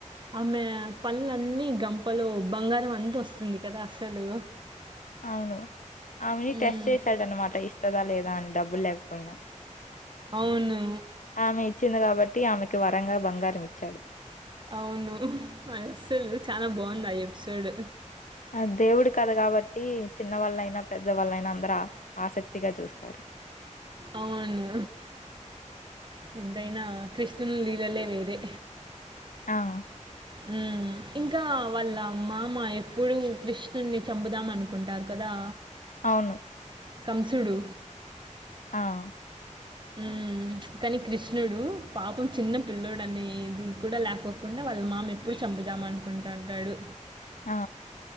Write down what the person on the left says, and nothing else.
అవును ఆమెని
టెస్ట్ చేసాడనమాట ఇస్తదా లేదా అనిది డబ్బులు లేకపోయినా
ఆమె ఇచ్చింది కాబట్టి ఆమెకి వరంగా బంగారం ఇచ్చాడు
ఆ దేవుడు కద కాబట్టి చిన్న వాళ్ళయినా పెద్దవాళ్ళైనా అందర ఆసక్తిగా చూస్తారు
ఆ
అవును
ఆ
ఆ